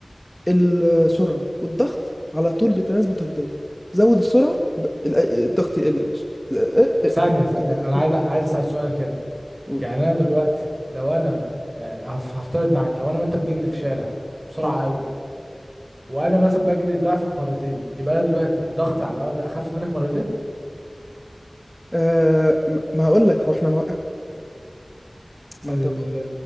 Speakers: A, in the centre; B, on the right.
A: السرعة والضغط على طول بتناسبه طرديا زود السرعة يبقى ال- الضغط يقل يا باشا اه، اه،
B: طب
A: اه،
B: ثانية ثانية
A: كده على
B: انا
A: طول
B: عايز عايز اسأل سؤال كده
A: قول
B: يعني انا دلوقتي لو انا يعني هف- هفترض معاك لو انا وانت بنجري في شارع بسرعة
A: حلو
B: قوي وانا مثلا بجري ضعفك مرتين يبقى انا دلوقتي ضغطي على الارض اخف منك مرتين
A: أه ما ما هقول لك هو احنا مواقع ما
B: ال
A: انت